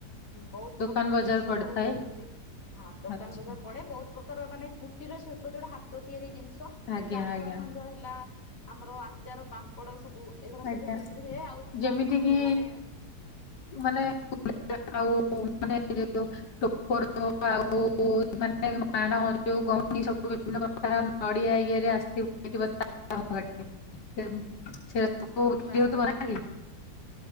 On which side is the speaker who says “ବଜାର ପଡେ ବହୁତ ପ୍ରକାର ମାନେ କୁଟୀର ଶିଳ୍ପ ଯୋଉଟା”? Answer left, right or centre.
Left